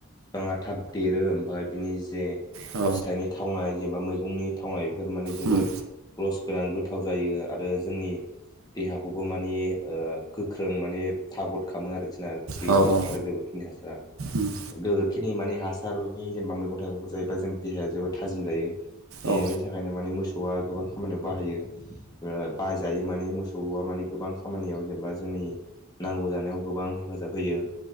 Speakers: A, on the left; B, on the right.
A: फाङा थाब देरो ओमफाय बिनि जे
B: औ
A: फिथाइनि थावनाय जेनेबा मैगंनि थावनाय एफोर माने जोबोद
B: उम
A: रस गोनां गोथाव जायो आरो जोंनि देहाखौबो माने ओ गोख्रों माने थाग'द खालामो आरोखिना बेनि
B: औ औ
A: हासारा गोबोरखिनि हासारा।
B: उम
A: गोबोरखिनि माने हासारनि जेनेबा मैगं थाइगंखौ जायोबा जोंनि देहाया जोबोद थाजिम जायो। बेनि
B: औ
A: थाखायनो माने मोसौआ गोबां खामानियाव बाहायो। ओ बाहायजायो माने मोसौआ माने गोबां खामानियाव जेनेबा जोंनि नांगौ जानायाव गोबां हेफाजाब होयो।